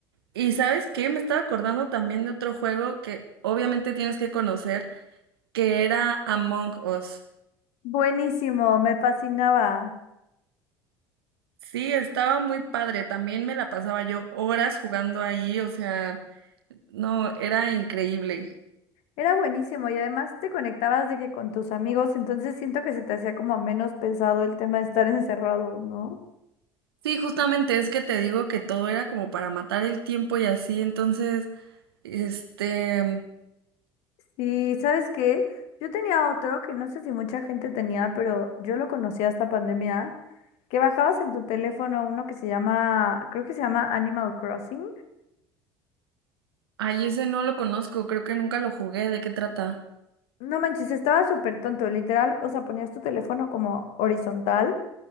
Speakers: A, on the right; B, on the left.
A: Y ¿sabes qué? Me estaba acordando también de otro juego que obviamente tienes que conocer. que era Among Us.
B: Buenísimo, me fascinaba.
A: Sí, estaba muy padre. También me la pasaba yo horas jugando ahí, o sea, no, era increíble.
B: Era buenísimo y además te conectabas de que con tus amigos, entonces siento que se te hacía como menos pesado el tema de estar <laughs> encerrados, ¿no?
A: Sí, justamente es que te digo que todo era como para matar el tiempo y así, entonces, este,
B: Sí, ¿sabes qué? Yo tenía otro que no sé si mucha gente tenía, pero yo lo conocía hasta pandemia, que bajabas en tu teléfono uno que se llama, creo que se llama Animal Crossing.
A: ay, ese no lo conozco, creo que nunca lo jugué, ¿de qué trata?
B: No manches, estaba súper tonto, literal, o sea, ponías tu teléfono como horizontal.